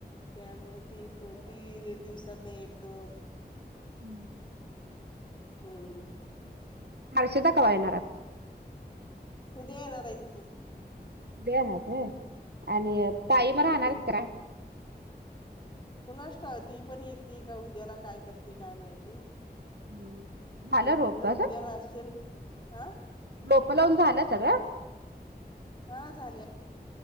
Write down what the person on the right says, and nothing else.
हम्म.
हर्षदा कव्हा येणार आता?
उद्या येणारेत वय, आणि
ताई म राहणार
यत काय.?
हम्म. झालं
रोपच?
रोपं लावून झालं सगळं?